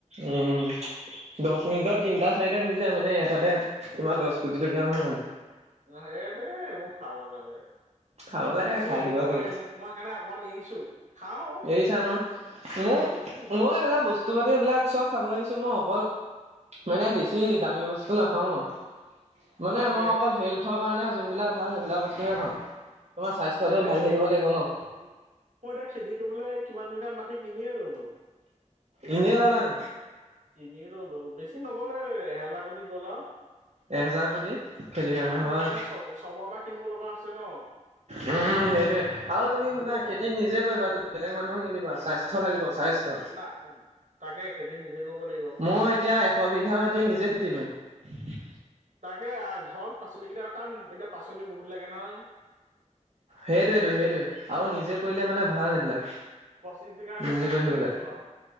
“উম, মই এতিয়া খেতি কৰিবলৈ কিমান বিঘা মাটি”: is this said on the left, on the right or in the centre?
Right